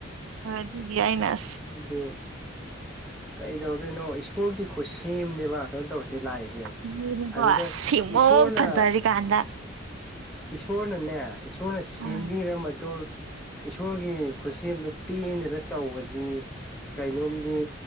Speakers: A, on the right; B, in the centre.
A: ꯍꯣꯏ ꯑꯗꯨꯗꯤ ꯑꯩꯅꯁ
B: ꯍꯥꯏꯗꯤ ꯀꯩꯗꯧꯗꯣꯏꯅꯣ ꯏꯁꯣꯔꯒꯤ ꯈꯨꯠꯁꯦꯝꯅꯦꯕ ꯀꯩꯅꯣ ꯇꯧꯁꯤ ꯂꯥꯛꯏꯁꯦ
A: ꯑꯗꯨꯅꯤꯀꯣ
B: ꯑꯗꯨꯗ
A: ꯁꯤꯃꯨꯛ
B: ꯏꯁꯣꯔꯅ
A: ꯐꯖꯔꯤꯀꯥꯟꯗ
B: ꯏꯁꯣꯔꯅꯅꯦ ꯏꯁꯣꯔꯅ ꯁꯦꯝꯕꯤꯔ
A: ꯎꯝ
B: ꯃꯇꯨꯡ ꯏꯁꯣꯔꯒꯤ ꯈꯨꯠꯁꯦꯝꯗꯨ ꯄꯦꯟꯗꯅ ꯇꯧꯕ ꯑꯗꯨꯗꯤ ꯀꯩꯅꯣꯝꯗꯤ